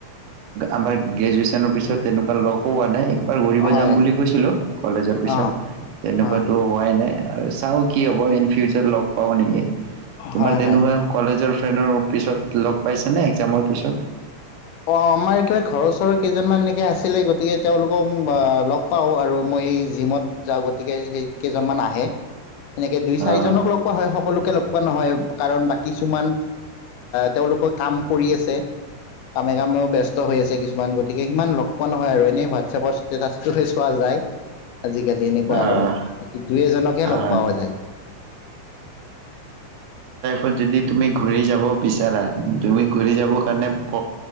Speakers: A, on the right (about 80°); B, on the left (about 85°).
A: আমাৰ গ্ৰেজুৱেচনৰ পিছত তেনেকোৱা লগো হোৱা নাই এবাৰ ঘূৰিব
B: হয়
A: যাম বুলি কৈছিলো কলেজৰ পিছত
B: অঁ
A: তেনেকোৱাতো
B: অঁ
A: হোৱাই নাই আৰু চাও কি হয় ইন ফিউচাৰ লগ পাও নেকি
B: হয়
A: মানে
B: হয়
A: নহয় কলেজৰ। ফ্ৰেনডৰ পিছত লগ পাইছে নে একজামৰ পিছত
B: অ আমাৰ একেবাৰে ঘৰৰ ওৰৰ কেইজনমান এনেকে আছিলে গতিকে তেওঁলোকক লগ পাওঁ আৰু মই জিমত যাওঁ গতিকে সেই কেইজনমান আহে এনেকে দুই
A: আহ
B: চাৰিজনক লগ পোৱা হয় সকলোকে লগ পোৱা পোৱা নহয় কাৰণ বাকি কিছুমান তেওঁলোকৰ কাম কৰি আছে। কামে কামেও ব্যস্ত হৈ আছে কিছুমান মান গতিকে সিমান লগ পোৱা নহয় আৰু এনেই হোৱাটছপৰ ষ্টেটাচটোহে চোৱা যায়। আজিকালি এনেকোৱা
A: আহ
B: আৰু দুই এজনকহে
A: আহ
B: লগ পোৱা যায়।
A: ও যদি তুমি ঘূৰি যাব বিচাৰা তুমি ঘূৰি যাব কাৰণে প